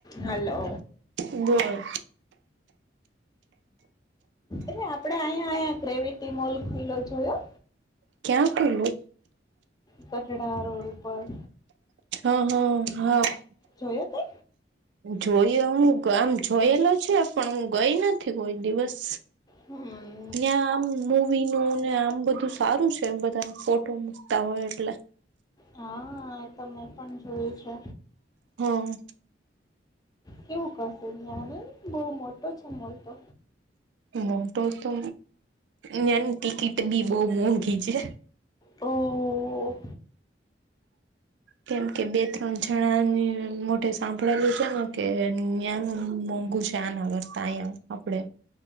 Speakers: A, on the left; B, on the right.
A: હાલો.
B: બોલ
A: એ આપડે અહીયા અયા ગ્રેવિટી મોલ ખુલ્લો જોયો.
B: ક્યાં કર.
A: કઠડા રોડ ઉપર.
B: છે હા હા હા.
A: જોયો તે
B: જોઈ હું આમ જોયેલો છે પણ હું ગઈ નથી કોઈ દિવસ.
A: હમ.
B: ્યા આમ મુૂવી નું ને આમ બધું સારું છે એ બધા ફોટો મુકતા હોય એટલે.
A: હા એ તો મેં પણ જોયું છે.
B: હમ.
A: કેવું કશે જ્ઞને બહ મોટો છે મોલ તો.
B: મોટો તો ની ટિકિટ બી બહ મોંઘી છે.
A: ઓ.
B: કેમ કે બે ત્રણ જણાની મો સાંભળેલું છે ને કે જ્ઞાન મોંઘુ છે. જાન આવરતા અયા આપડે